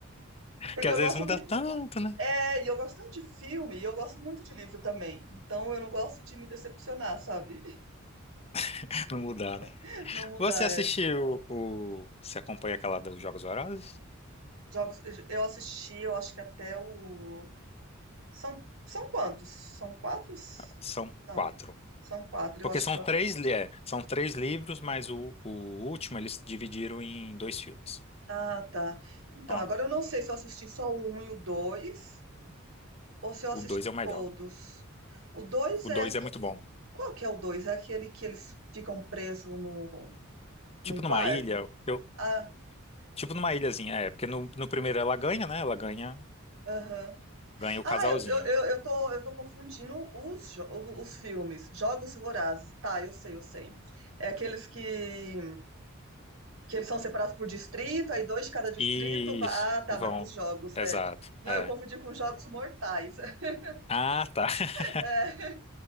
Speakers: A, on the right; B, on the left.
A: porque
B: Que às
A: eu gosto
B: vezes muda
A: muito
B: tanto, né?
A: É, e eu gosto tanto de filme e eu gosto muito de livro também. Então eu não gosto de me decepcionar, sabe?
B: <laughs> Não mudar, né?
A: <laughs> Não mudar,
B: Você assistiu
A: é.
B: o. Você acompanha aquela dos Jogos Vorazes?
A: Jogos, eu assisti, eu acho que até o. São, são quantos? São quatro?
B: São
A: Não,
B: quatro.
A: são quatro,
B: Porque
A: eu acho
B: são
A: que eu.
B: três, li- é, são três livros, mas o, o último eles dividiram em dois filmes.
A: Ah, tá. Então,
B: Então,
A: agora eu não sei se eu assisti só o um e o dois, ou se eu
B: o
A: assisti
B: dois é o melhor.
A: todos. O dois
B: O
A: é.
B: dois
A: aque-
B: é muito bom.
A: Qual que é o dois? É aquele que eles ficam presos no,
B: Tipo
A: num quarto?
B: numa ilha. Eu,
A: Ah,
B: tipo numa ilhazinha, é. Porque no, no primeiro ela ganha, né? Ela ganha.
A: aham.
B: Ganha o
A: Ah,
B: casalzinho.
A: eu, eu, eu, eu tô, eu tô confundindo os, jo- os filmes. Jogos Vorazes. Tá, eu sei, eu sei. É aqueles que, que eles são separados por distrito, aí dois de cada distrito.
B: Isso.
A: va- Ah, tá,
B: Vão.
A: vai pros jogos.
B: Exato.
A: É. Não,
B: É.
A: eu confundi com Jogos Mortais. <laughs>
B: Ah, tá. <laughs>
A: É,